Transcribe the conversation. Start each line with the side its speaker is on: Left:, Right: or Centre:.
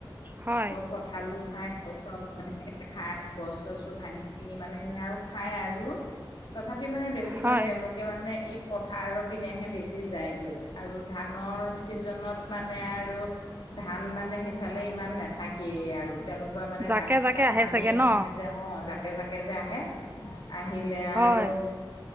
Right: হয়
Left: ক ক। আঠালু খাই কল চল এনেকৈ খাই গছ - চছ চো ভাঙি চিঙি মানে আৰু। খাই আৰু তথাপি মানে বেছিভাগ
Right: হয়
Left: তেওঁলোক। তেওঁলোকে মানে ই পথাৰৰ পিনেহে বেছি যায়গে। আৰু ধানৰ ছিজনত মানে আৰু। ধান মানে সেইফালে ইমান নাথাকে। কেই আৰু তেওঁলোকৰ মানে
Right: জাকে
Left: জাক -
Right: জাকে
Left: জাক
Right: আহে
Left: নামিয়
Right: চাগে ন
Left: আহে যে অ জাকে জাকে যে আহে। আহিলে
Right: হয়
Left: আৰু।